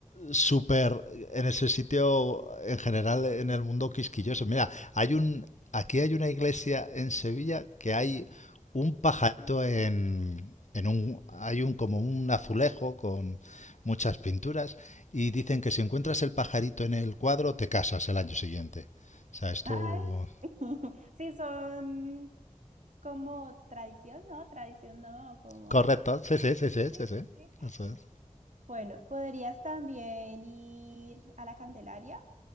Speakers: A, on the left; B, on the right.
A: súper en ese sitio, en general, en el mundo quisquilloso. Mira, hay un, aquí hay una iglesia en Sevilla que hay un pajarito en, en un, hay un como un azulejo con muchas pinturas y dicen que si encuentras el pajarito en el cuadro te casas el año siguiente. O sea, esto
B: Ay. <laughs> Sí, son como tradición, ¿no? Tradición, ¿no? Como,
A: correcto,
B: ay.
A: sí, sí, sí, sí,
B: Sí,
A: sí, sí.
B: sí, sí.
A: Eso es.
B: Bueno, podrías también ir a la Candelaria,